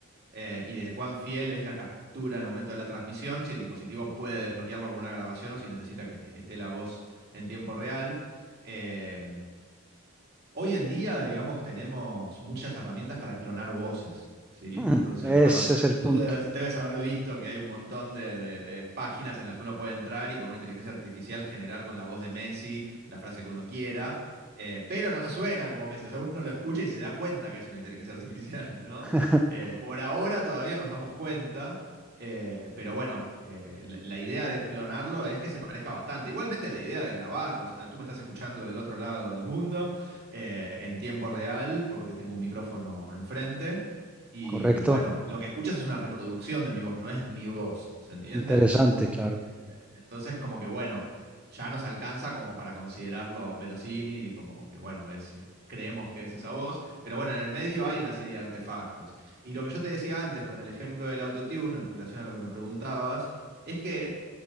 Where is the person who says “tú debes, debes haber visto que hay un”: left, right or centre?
Right